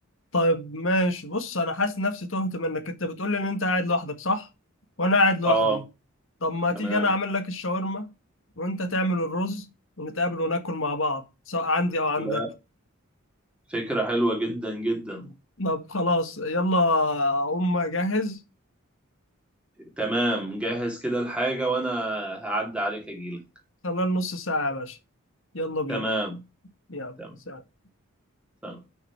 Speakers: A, on the left; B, in the centre.
A: طيب ماشي بص انا حاسس نفسي تهت منك انت بتقول لي ان انت قاعد لوحدك صح وانا قاعد لوحدي
B: اه
A: طب ما
B: تمام
A: تيجي انا اعمل لك الشاورما وانت تعمل الرز ونتقابل وناكل مع بعض سواء عندي او عندك
B: لا فكره حلوه جدا جدا
A: طب خلاص يلا اقوم اجهز
B: تمام جهز كده الحاجة وأنا هعدي عليك أجيلك
A: خلال نص ساعة يا باشا يلا بينا
B: تمام
A: يلا
B: تمام
A: سلام
B: تمام